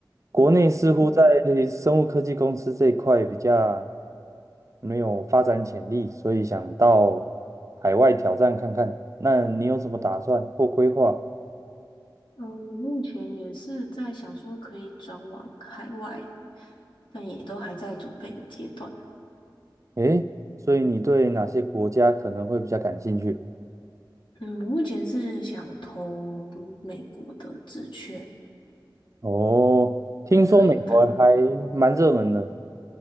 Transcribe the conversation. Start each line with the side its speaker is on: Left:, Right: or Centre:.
Right: 国内似乎在生物科技公司这一块比较
Left: 哦，
Right: 没有发展潜力，所以想到海外挑战看看。那你有什么打算或规划？
Left: 嗯，我目前也是在想说可以转往海外，但也都还在准备的阶段。
Right: 诶，所以你对哪些国家可能会比较感兴趣？
Left: 嗯，我目前是想投美国的职缺，
Right: 哦，听说美国还蛮热门的，
Left: 对，感